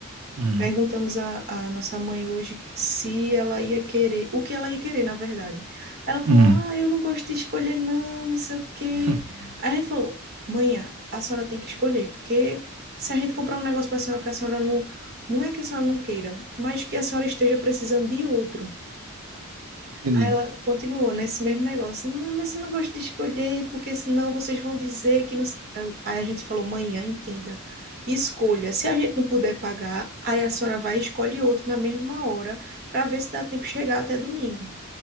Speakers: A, on the right; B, on the right.
A: Hum.
B: Perguntamos à, à nossa mãe hoje se ela ia querer, o que ela ia querer, na verdade. Ela falou:
A: Hum.
B: Ah, eu não gosto de escolher, não, não sei o quê.
A: <laughs>
B: Aí a gente falou: Mãe, a a senhora tem que escolher, porque se a gente comprar um negócio para a senhora que a senhora não. Não é que a senhora não queira, mas que a senhora esteja precisando de outro.
A: Entendi.
B: Aí ela continuou nesse mesmo negócio. Não, mas eu não gosto de escolher, porque senão vocês vão dizer que não. s-" Aí a gente falou, mãe, ah, entenda. Escolha. Se a gente não puder pagar, aí a senhora vai e escolhe outro na mesma hora, para ver se dá tempo de chegar até domingo.